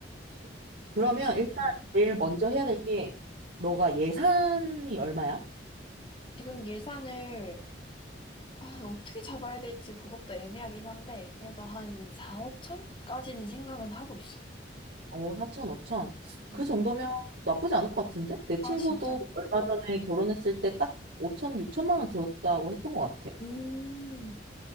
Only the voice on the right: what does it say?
그치. 그러면
일단
제일 먼저
해야 될 게 너가 예산이 얼마야?
어, 4천, 5천.
그 정도면 나쁘지 않을 것 같은데? 내 친구도
얼마 전에 결혼했을 때 딱 5천, 6천만 원 들었다고 했던 것 같아.